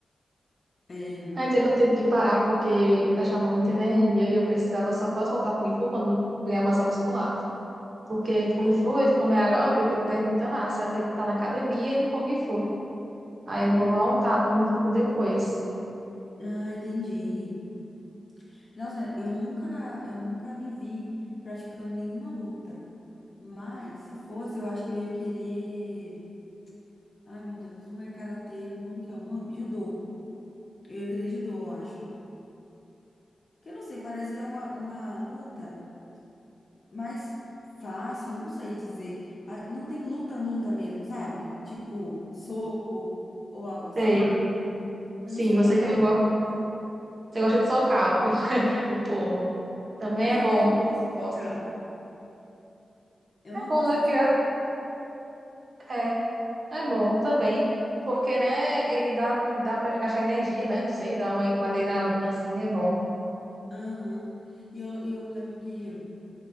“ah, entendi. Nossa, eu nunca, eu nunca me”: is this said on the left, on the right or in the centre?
Left